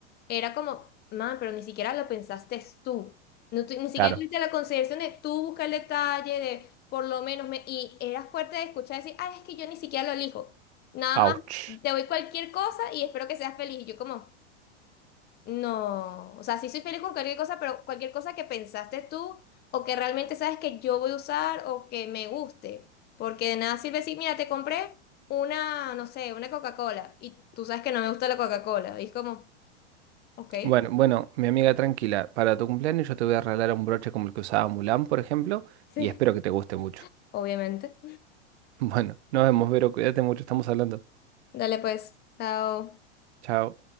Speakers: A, on the left; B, on the right.
A: era como, man, pero ni siquiera lo pensaste tú, no, tu- ni siquiera
B: Claro,
A: tuviste la consideración de tú buscar el detalle, de por lo menos, me, y eras fuerte de escuchar decir, ay, es que yo ni siquiera lo elijo, nada
B: ouch.
A: más te doy cualquier cosa y espero que seas feliz, y yo como... No, o sea, sí soy feliz con cualquier cosa, pero cualquier cosa que pensaste tú o que realmente sabes que yo voy a usar o que me guste, porque de nada sirve decir, mira, te compré una, no sé, una Coca-Cola y tú sabes que no me gusta la Coca-Cola. Y es como, ok,
B: bueno,
A: <laughs>
B: bueno, mi amiga tranquila, para tu cumpleaños yo te voy a regalar un broche como el que usaba Mulan, por ejemplo,
A: sí,
B: y espero que te guste mucho.
A: obviamente.
B: <laughs> Bueno, nos vemos, Vero, cuídate mucho, estamos hablando.
A: Dale pues, chao.
B: Chao.